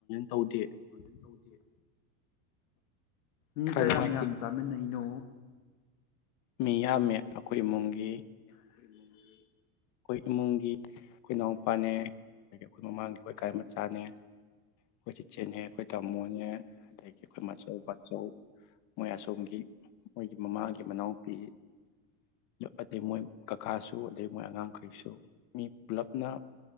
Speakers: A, on the left; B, on the left.
A: ꯇꯧꯗꯦ
B: <inaudible> ꯇꯧꯗꯤꯌꯦ ꯃꯤ
A: ꯈꯔ
B: ꯀꯌꯥꯝ
A: ꯅꯨꯡꯉꯥꯏꯇꯦ
B: ꯌꯥꯝ ꯆꯥꯃꯤꯟꯅꯩꯅꯣ
A: ꯃꯤꯌꯥꯝꯃꯦ꯫ ꯑꯩꯈꯣꯏ ꯏꯃꯨꯡꯒꯤ
B: <inaudible>
A: ꯑꯩꯈꯣꯏ ꯏꯃꯨꯡꯒꯤ ꯑꯩꯈꯣꯏ ꯏꯅꯥꯎꯄꯥꯅꯦ ꯑꯗꯒꯤ ꯑꯩꯈꯣꯏ ꯃꯃꯥꯡꯒꯤ ꯑꯩꯈꯣꯏ ꯀꯒꯤ ꯃꯆꯥꯅꯦ ꯑꯩꯈꯣꯏ ꯆꯤꯆꯦꯅꯦ ꯑꯩꯈꯣꯏ ꯇꯥꯃꯣꯅꯦ ꯑꯗꯒꯤ ꯑꯩꯈꯣꯏ ꯃꯆꯧ ꯕꯥꯆꯧ ꯃꯣꯏ ꯑꯁꯣꯝꯒꯤ ꯃꯣꯏꯒꯤ ꯃꯃꯥꯒꯤ ꯃꯅꯥꯎꯄꯤ ꯑꯗꯩ ꯃꯣꯏ ꯀꯀꯥꯁꯨ ꯑꯗꯩ ꯃꯣꯏ ꯑꯉꯥꯡ ꯃꯈꯩꯁꯨ ꯃꯤ ꯄꯨꯂꯞꯅ